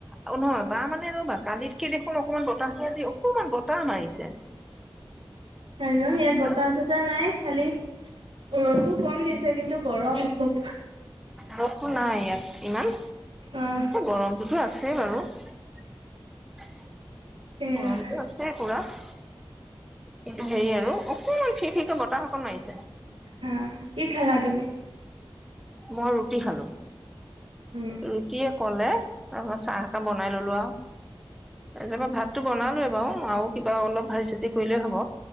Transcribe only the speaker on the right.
হয় ন
ইয়াত
বতাহ
চতাহ নাই খালি ৰ'দো কম দিছে, কিন্তু গৰম খুব।
অ
সেয়া
হা কি খালা তুমি?
উম